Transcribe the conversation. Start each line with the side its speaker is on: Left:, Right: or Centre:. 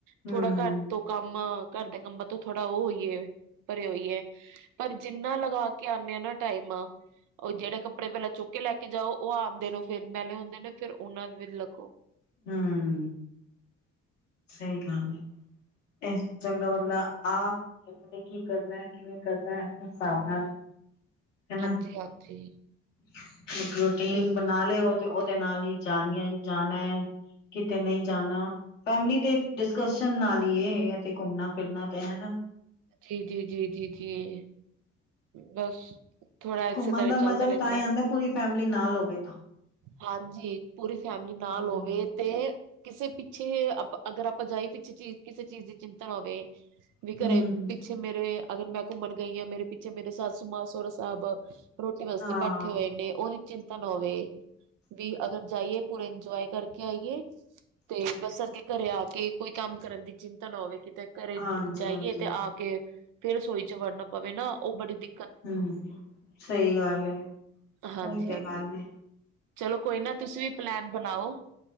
Left: ਹਮ
Right: ਥੋੜਾ ਘਰ ਤੋਂ ਕੰਮ ਘਰ ਦੇ ਕੰਮਾਂ ਤੋਂ ਥੋੜਾ ਉਹ ਹੋਈਏ ਭਰੇ ਹੋਈਏ ਪਰ ਜਿੰਨਾ ਲਗਾ ਕੇ ਆਂਣੇ ਆਂ ਨਾਂ ਟਾਈਮ ਆ ਉਹ ਜਿਹੜੇ ਕੱਪੜੇ ਪਹਿਲਾਂ ਚੁੱਕ ਲੈ ਕੇ ਜਾਓ ਉਹ ਆਂਦੇ ਨੂੰ ਫਿਰ ਮੈਲੇ ਹੁੰਦੇ ਨੇਂ ਫਿਰ ਉਹਨਾਂ ਨੂੰ ਵੀ ਲੱਗੋ।
Left: ਹਮ ਸਹੀ ਗੱਲ ਐ, ਇਹ ਚੰਗਾ ਵ ਲੈ ਆਪ <unintelligible> ਕੀ ਕਰਨਾ ਐ, ਕਿਵੇਂ ਕਰਨਾ ਐ ਹਿਸਾਬ ਨਾਲ ਹੈਨਾਂ!
Right: ਹਾਂਜੀ ਹਾਂਜੀ
Left: <unintelligible> ਰੋਟੀਨ
Right: ਤੇ
Left: ਬਣਾ ਲਿਓ ਤੇ ਉਹਦੇ ਨਾਲ ਹੀ ਜਾਣੀ ਜਾਣਾ ਐ, ਕਿਤੇ ਨਈਂ ਜਾਣਾ ਫੈਮਲੀ ਦੇ ਡਿਸਕਸ਼ਨ ਨਾਲ ਹੀ ਇਹ ਤੇ ਘੁੰਮਣਾ ਫਿਰਨਾ ਤੇ ਹਨਾ
Right: ਜੀ ਜੀ ਜੀ ਜੀ ਜੀ ਬਸ ਥੋੜਾ ਇਸੇ
Left: ਘੁੰਮਣ
Right: ਤਰ੍ਹਾਂ
Left: ਦਾ
Right: ਚੱਲਦਾ
Left: ਮਜ਼ਾ ਵੀ
Right: ਰਹਿੰਦਾ
Left: ਤਾਂ ਈ ਆਂਦਾ ਪੂਰੀ ਫੈਮ ਨਾਲ ਹੋਵੇ ਤਾਂ
Right: ਹਾਂਜੀ ਪੂਰੀ ਫੈਮਿਲੀ ਨਾਲ
Left: ਹਮ
Right: ਹੋਵੇ ਤੇ ਕਿਸੇ ਪਿੱਛੇ ਅਗਰ ਆਪਾਂ ਜਾਈ ਪਿੱਛੇ ਚੀਜ਼ ਕਿਸੇ ਚੀਜ਼ ਦੀ ਚਿੰਤਾ ਨਾਂ ਹੋਵੇ। ਵੀ
Left: ਹਮ
Right: ਘਰੇ ਪਿੱਛੇ ਮੇਰੇ ਅਗਰ ਮੈਂ ਘੁੰਮਣ ਗਈਆਂ ਮੇਰੇ ਪਿੱਛੇ ਮੇਰੇ ਸੱਸੂ ਮਾਂ ਸੋਹਰਾ ਸਾਹਬ ਰੋਟੀ ਵਾਸਤੇ
Left: ਹਾਂ
Right: ਬੈਠੇ ਹੋਏ ਨੇ ਉਹਦੀ ਚਿੰਤਨ ਹੋਵੇ ਵੀ ਅਗਰ ਜਾਈਏ ਪੂਰੇ ਇੰਜੋਏ ਕਰਕੇ ਆਈਏ ਤੇ ਬਸ ਅੱਗੇ ਘਰੇ ਆ ਕੇ ਕੋਈ ਕੰਮ ਕਰਨ ਦੀ ਚਿੰਤਾ ਨਾ ਹੋਵੇ ਕਿ ਤੇ ਘਰੇ
Left: ਹਾਂਜੀ
Right: ਜਾਈਏ
Left: ਹਾਂਜੀ
Right: ਤੇ ਆ ਕੇ ਫੇਰ ਰਸੋਈ ਚ ਵੜਨਾ ਪਵੇ ਨਾ ਉਹ ਬੜੀ ਦਿੱ
Left: ਹੂੰ, ਸਹੀ ਗੱਲ ਏ
Right: ਹਾਂਜੀ
Left: ਉਹੀ ਤੇ
Right: ਹਾਂਜੀ
Left: ਗੱਲ ਏ
Right: ਚਲੋ ਕੋਈ ਨਾ ਤੁਸੀਂ ਵੀ ਪਲੈਨ ਬਣਾਓ।